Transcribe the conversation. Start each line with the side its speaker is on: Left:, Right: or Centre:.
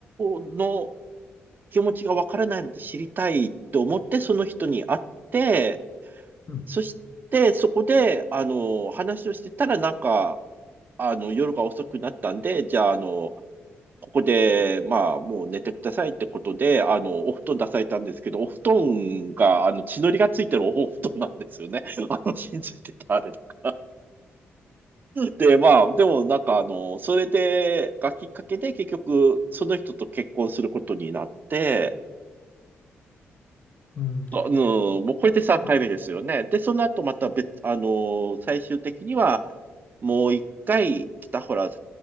Right: ろの気持ちがわからないので知りたいと思って、その人に会って、
Left: うん、
Right: そして、そこで、あの、話をしてたら、なんか、あの、夜が遅くなったんで、じゃあ、あの、ここで、まあ、もう寝てくださいってことで、あの、お布団出されたんですけど、お布団が、あの、血のりがついてるお布団なんですよね。<laughs> あの、信じてたあれとか。で、まあ、でもなんか、あの、それで、がきっかけで、結局、その人と結婚することになって、
Left: うん。
Right: うん、もうこれで3回目ですよね。
Left: あ、
Right: で、その後また別、あのー最終的には、もう一回、北原武